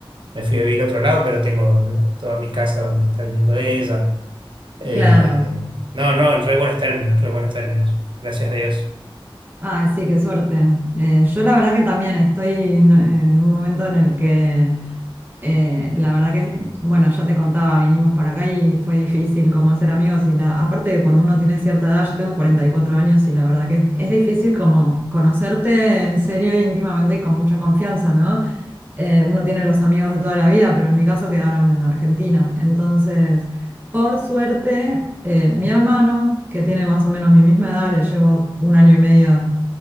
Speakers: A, on the right; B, on the right.
A: me fui a vivir a otro lado, pero tengo ¿no? toda mi casa donde está viviendo ella. Eh,
B: Claro.
A: no, no, en re buenos términos, re buenos términos. Gracias a Dios.
B: Ay, sí, qué suerte. Eh, yo la verdad que también estoy en, eh, en un momento en el que, eh, la verdad que, bueno, ya te contaba, vinimos para acá y fue difícil como hacer amigos y la, aparte de cuando uno tiene cierta edad, yo tengo 44 años y la verdad que es, es difícil como conocerte en serio, íntimamente y con mucha confianza, ¿no? eh, uno tiene los amigos de toda la vida, pero en mi caso quedaron en Argentina. Entonces, por suerte, eh, mi hermano, que tiene más o menos mi misma edad, le llevo un año y medio